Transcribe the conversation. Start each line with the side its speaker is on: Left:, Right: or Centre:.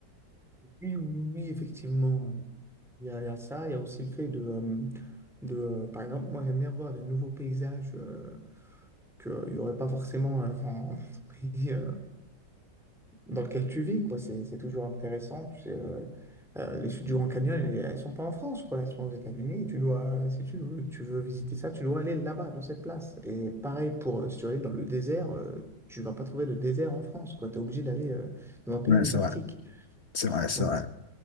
Centre: Oui, oui, effectivement. euh, Il y a, il y a ça, il y a aussi le fait de, euh, de euh, par exemple, moi j'aime bien voir de nouveaux paysages euh, qu'il n'y aurait pas forcément euh, <laughs> dans dans ton pays. euh, dans lequel tu vis, quoi. C'est c'est toujours intéressant. Tu sais, euh, euh, les chutes du Grand Canyon, elles elles sont pas en France, quoi. Elles sont aux États-Unis. Et tu dois, euh, si tu, tu veux visiter ça, tu dois aller là-bas, dans cette place. Et pareil pour, euh, si tu veux aller dans le désert, euh, tu vas pas trouver de désert en France, quoi. Tu es obligé d'aller euh, dans un pays
Left: Ouais,
Centre: désertique.
Left: c'est vrai. C'est vrai, c'est
Centre: Donc,
Left: vrai.